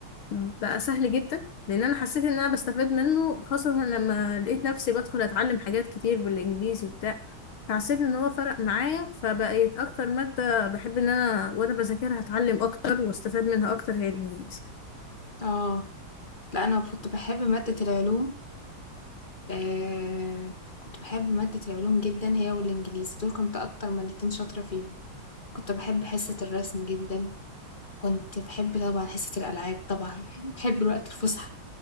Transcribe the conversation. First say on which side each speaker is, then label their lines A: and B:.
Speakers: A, on the left; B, on the left.
A: بقى سهل جدا لان انا حسيت ان انا بستفاد منه خاصه لما لقيت نفسي بدخل اتعلم حاجات كتير بالانجليزي وبتاع فحسيت ان هو فرق معايا فبقيت اكتر ماده بحب ان انا وانا بذاكرها اتعلم اكتر واستفاد منها اكتر هي الانجليزي
B: اه لا أنا كنت بحب مادة العلوم آه. كنت بحب مادة العلوم جدا هي والإنجليزي دول كنت أكتر مادتين شاطرة فيهم كنت باحب حصة الرسم جدًا، كنت باحب طبعًا حصة الألعاب طبعًا، <laughs> باحب الوقت الفُسحة،